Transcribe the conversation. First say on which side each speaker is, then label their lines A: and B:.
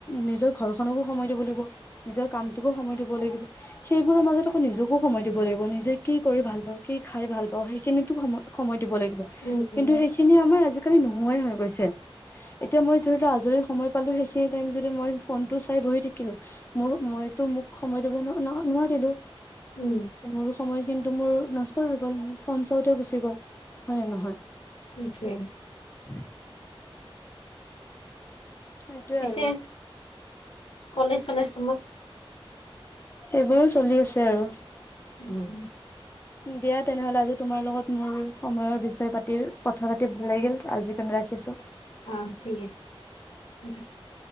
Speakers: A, on the left (about 25°); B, on the left (about 65°).
A: নি ঘৰ খনকো সময় দিব লাগিব নিজৰ কামটোকো সময় দিব লাগিব সেইবোৰৰ মাজত আকৌ নিজকো সময় দিব লাগিব নিজে কি কৰি ভাল পাওঁ কি খাই ভাল পাওঁ সেইখিনিতো সময় সময় দিব লাগিব
B: উম, উম।
A: কিন্তু সেইখিনি আমাৰ আজিকালি নোহোৱাই হৈ গৈছে এতিয়া মই ধৰি লোৱা যদি সময় পালো সেইখিনি টাইম য মই ফোন টো চাই বহি থাকিলো মোৰ মইতো মোক সময় দিব নোৱাৰ ন নোৱাৰিলো
B: উম,
A: মোৰো সময় কিন্তু মোৰ নষ্ট হৈ গ'ল মোৰ ফোন চাওতে গুচি গ'ল হয় নে নহয়
B: সেইটোৱে।
A: উম। সেইটোৱে
B: পিছে
A: আৰু।
B: কলেজ চলেজ তোমাৰ।
A: এইবোৰো চলি আছে আৰু।
B: উম
A: দিয়া তেনেহ'লে আজি তোমাৰ লগত মোৰ সময়ৰ বিষয়ে পাতি কথা পাতি ভাল লাগিল আজি ৰাখিছোঁ।
B: অঁ ঠিক আছে আ।